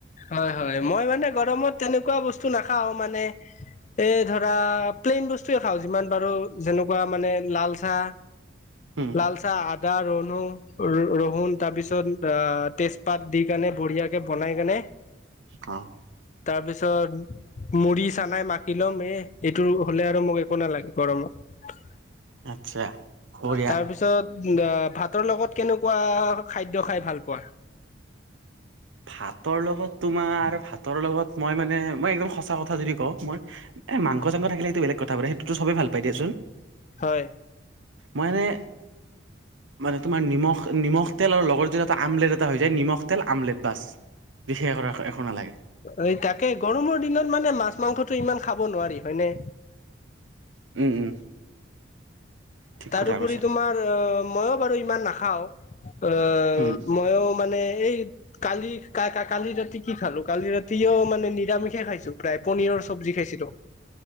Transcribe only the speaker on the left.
হয় হয় মই মানে গৰমত তেনেকুৱা বস্তু নাখাও মানে এ ধৰা প্লেইন বস্তুয়ে খাওঁ যিমান পাৰো যেনেকুৱা মানে লাল চাহ
লাল চাহ আ দা ৰন্নো ৰহুন তাৰপিছত অ, তেজপাত দি কিনে বঢ়িয়াকৈ বনাই কেনে
তাৰপিছত মুড়ি চানাই মাকি ল'ম এ এইটো হলে আৰু মোক একো নালাগে। গৰমত।
তাৰপিছত
ভাতৰ লগত কেনেকুৱা খাদ্য খাই ভাল পোৱা?
হয়।
এই তাকে গৰমৰ দিনত মানে মাছ মাংসটো ইমান খাব নোৱাৰি হয়নে।
তাৰোপৰি
তোমাৰ অ, মইো বাৰু ইমান নাখাও। অ,
মইো মানে এই কালি ক কালি ৰাতি কি খালো কালি ৰাতিও মানে নিৰামিষে খাইছো। প্ৰায় পনীৰৰ চব্জি খাইছিলো।